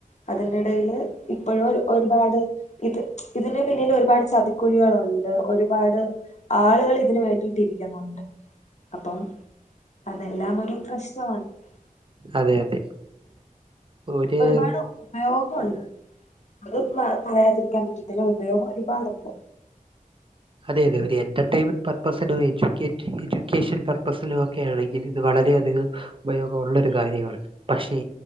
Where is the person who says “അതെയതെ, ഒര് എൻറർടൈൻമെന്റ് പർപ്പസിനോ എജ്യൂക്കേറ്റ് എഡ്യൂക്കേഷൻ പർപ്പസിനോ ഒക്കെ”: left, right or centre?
Right